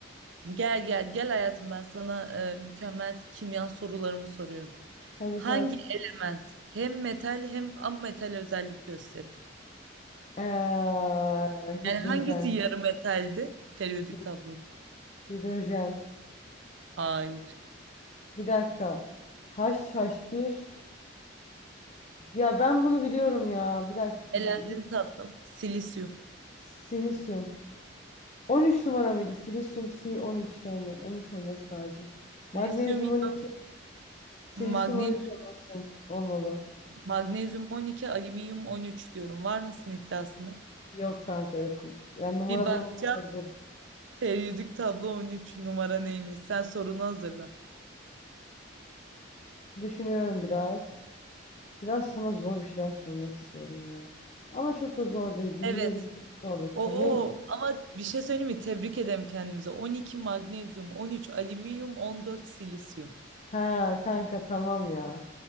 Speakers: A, on the right; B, on the left.
A: Gel gel gel hayatım ben sana e, mükemmel kimya sorularımı soruyorum.
B: Hadi
A: Hangi
B: sor.
A: element hem metal hem ametal özellik gösterir?
B: Ee, hidrojen.
A: Yani hangisi yarı metaldi periyodik
B: Hid-
A: tabloda?
B: Hidrojen.
A: Hayır.
B: Bir dakika. Haş haş bir. Ya ben bunu biliyorum ya. Bir dakika.
A: Elendin
B: Hidro, hid-
A: tatlım. Silisyum.
B: silisyum. on üç numara mıydı? Silisyum C13'te on üçte olma, 13 olması lazım. Magnezyum
A: Silisyum, iyon,
B: on iki Silisyum
A: magnezyum,
B: 13 olmasın. Olmalı.
A: magnezyum 12, alüminyum 13 diyorum. Var mısın iddiasına?
B: Yok kanka yokum. Yani numarada
A: Bir bakacağım.
B: unutulabilirim.
A: Periyodik tablo 13 numara neymiş? Sen sorunu hazırla.
B: Düşünüyorum biraz. Biraz sana zor bir şeyler sormak istiyorum ya. Ama çok da zor değil. Bilinebilecek
A: Evet,
B: zorlukta.
A: Oo
B: Neyim?
A: ama bir şey söyleyeyim mi? Tebrik ederim kendimize. 12 magnezyum, 13 alüminyum, 14 silisyum.
B: Ha kanka tamam ya.